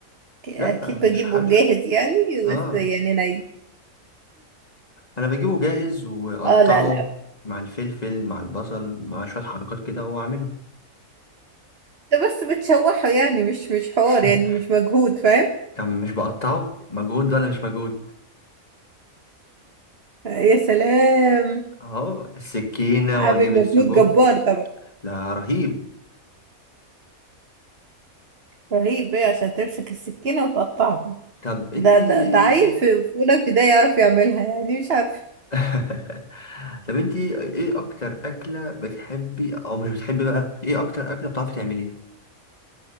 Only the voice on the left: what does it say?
لا
مش
حشو
اه
انا بجيبه جاهز واقطعه
مع الفلفل مع البصل مع شويه حركات كده واعمله
<laughs>
طب مش بقطعه مجهود ولا مش مجهود
اهو السكينه
واجيب
السجق
ده رهيب
طب انتي
<laughs> طب انتي ايه اكتر اكله بتحبي او مش بتحبي بقى ايه اكتر اكله بتعرفي تعمليها